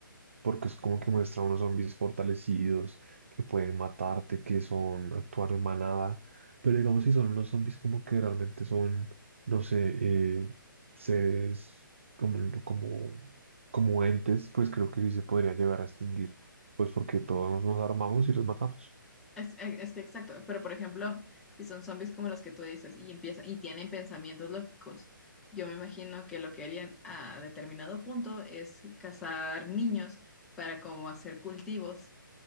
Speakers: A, on the right; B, in the centre.
A: porque es como que muestra unos zombies fortalecidos que pueden matarte, que son actuar en manada, pero digamos si son unos zombies como que realmente son, no sé, eh, seres como, como, como entes, pues creo que sí se podría llegar a extinguir, pues porque todos nos armamos y los matamos.
B: Es, es- es que exacto, pero por ejemplo, si son zombies como los que tú dices y empiezan y tienen pensamientos lógicos, yo me imagino que lo que harían a determinado punto es cazar niños para como hacer cultivos